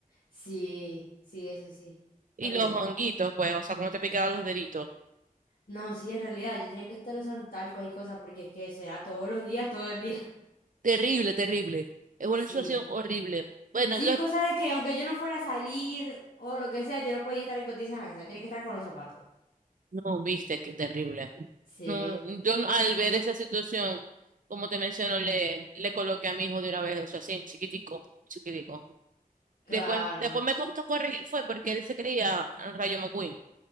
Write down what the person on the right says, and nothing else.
Y
los honguitos, pues, o sea, cómo te picaban los deditos.
Terrible, terrible. Es una
situación horrible. Bueno,
lo, esp-
no, viste, qué terrible.
No, yo no- al ver esa situación, como te menciono, le, le coloqué a mi hijo de una vez, o sea, así, chiquitico, chiquitico.
Después, después me costó corregir fue porque él se creía Rayo McQueen.